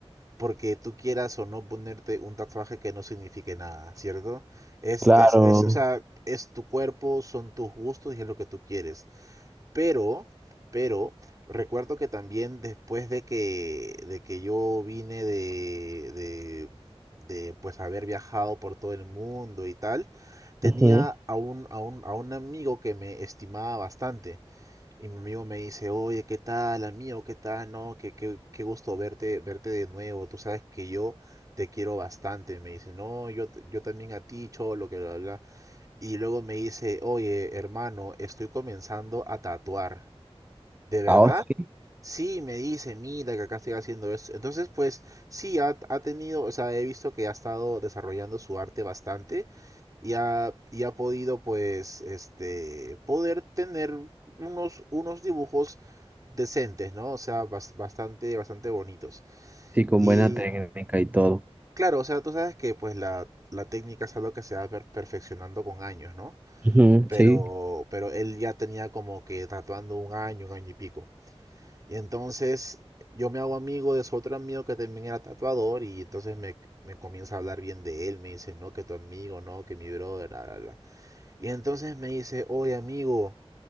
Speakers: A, on the right; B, on the right.
A: porque tú quieras o no ponerte un tatuaje que no signifique nada, ¿cierto? Es,
B: claro.
A: es, es, o sea, es tu cuerpo, son tus gustos y es lo que tú quieres. Pero, pero, recuerdo que también después de que, de que yo vine de, de, de, pues haber viajado por todo el mundo y tal, tenía
B: Ujú.
A: a un, a un, a un amigo que me estimaba bastante. Y mi amigo me dice, oye, ¿qué tal, amigo? ¿Qué tal? No, qué, qué, qué gusto verte, verte de nuevo. Tú sabes que yo te quiero bastante. Me dice, no, yo, t- yo también a ti, cholo, que bla, bla. Y luego me dice, oye, hermano, estoy comenzando a tatuar. ¿De verdad?
B: Ahora sí,
A: Sí, me dice, mira que acá estoy haciendo eso. Entonces, pues sí, ha, ha tenido, o sea, he visto que ha estado desarrollando su arte bastante y ha, y ha podido, pues, este, poder tener unos, unos dibujos decentes, ¿no? O sea, bas- bastante, bastante bonitos.
B: sí, con
A: Y
B: buena técnica y todo.
A: claro, o sea, tú sabes que, pues, la, la técnica es algo que se va per- perfeccionando con años, ¿no?
B: Ujú,
A: Pero,
B: sí.
A: pero él ya tenía como que tatuando un año, un año y pico. Y entonces yo me hago amigo de su otro amigo que también era tatuador y entonces me, me comienza a hablar bien de él, me dice, no, que tu amigo, no, que mi brother, bla, bla, bla. Y entonces me dice, oye amigo,